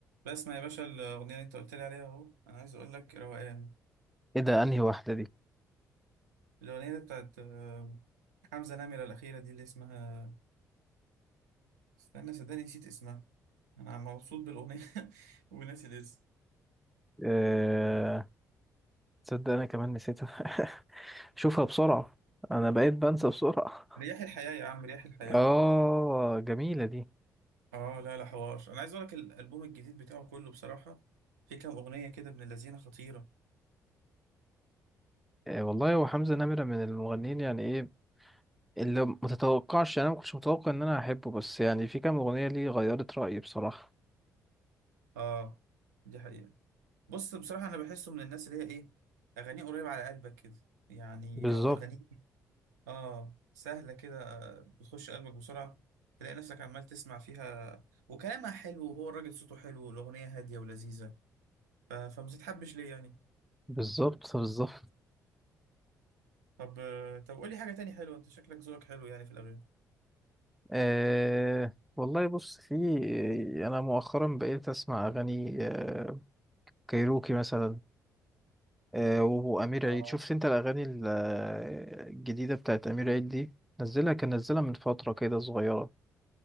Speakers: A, on the right (about 80°); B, in the centre.
A: بسمع يا باشا الأغنية اللي أنت قلت لي عليها أهو أنا عايز أقول لك روقان
B: ايه ده انهي واحدة دي
A: الأغنية اللي بتاعت آه، حمزة نمرة الأخيرة دي اللي اسمها استنى صدقني نسيت اسمها أنا مبسوط بالأغنية <laughs> وناسي الاسم
B: أه... تصدق انا كمان نسيتها <laughs> شوفها بسرعة انا بقيت بنسى بسرعة
A: رياح الحياة يا عم رياح الحياة
B: اه جميلة دي
A: أه لا لا حوار أنا عايز أقول لك الألبوم الجديد بتاعه كله بصراحة في كام أغنية كده ابن اللذينة خطيرة
B: أه والله هو حمزة نمرة من المغنيين يعني ايه اللي متتوقعش انا ما كنتش متوقع ان انا هحبه بس يعني في كام اغنية ليه غيرت رأيي بصراحة
A: أه دي حقيقة بص بصراحة أنا بحسه من الناس اللي هي إيه أغانيه قريبة على قلبك كده يعني
B: بالظبط
A: أو أغانيه اه سهلة كده آه، بتخش قلبك بسرعة تلاقي نفسك عمال تسمع فيها وكلامها حلو وهو الراجل صوته حلو والأغنية هادية ولذيذة ف... فما تتحبش ليه يعني
B: بالظبط بالظبط
A: طب آه، طب قولي حاجة تاني حلوة أنت شكلك ذوقك حلو يعني في الأغاني
B: أه... والله بص في يعني انا مؤخرا بقيت اسمع اغاني آه، كايروكي مثلا آه، وأمير
A: اه
B: عيد شفت أنت الأغاني ال- آه، الجديدة بتاعت أمير عيد دي نزلها كان نزلها من فترة كده صغيرة